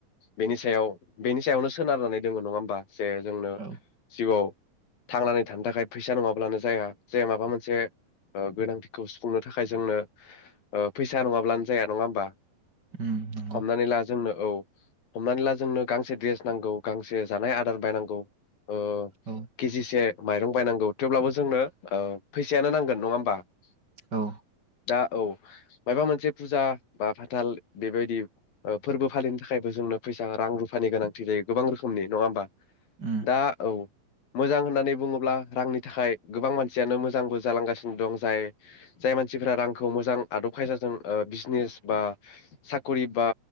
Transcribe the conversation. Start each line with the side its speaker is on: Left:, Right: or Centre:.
Left: बेनि सायाव बेनि सायावनो सोनारनानै दङ नङा होमबा जे जोंनो
Right: औ
Left: जिउआव थांनानै थानो थाखाय फैसा नङाब्लानो जाया जे माबा मोनसे ओ गोनांथिखौ सुफुंनो थाखाय जोंनो ओ फैसा नङाब्लानो जाया नङा होमबा
Right: उम नंगौ
Left: हमनानै ला जोंनो औ हमनानै ला जोंनो गांसे द्रेस नांगौ गांसे जानाय आदार बायनांगौ ओ
Right: औ
Left: केजिसे माइरं बायनांगौ थेवब्लाबो जोंनो ओ फैसायानो नांगोन नङा होमबा <inaudible>
Right: औ
Left: दा औ मायबा मोनसे फुजा बा फाथाल बेबायदि ओ फोरबो फालिनो थाखायबो जोंनो फैसा रां रुफानि गोनांथि जायो गोबां रोखोमनि नङा होमबा
Right: उम
Left: दा औ मोजां होननानै बुङोब्ला रांनि थाखाय गोबां मानसियानो मोजांबो जालांगासिनो दं जाय जाय मानसिफोरा रांखौ मोजां आदब खायदाजों ओ बिजनेस बा साखरि बा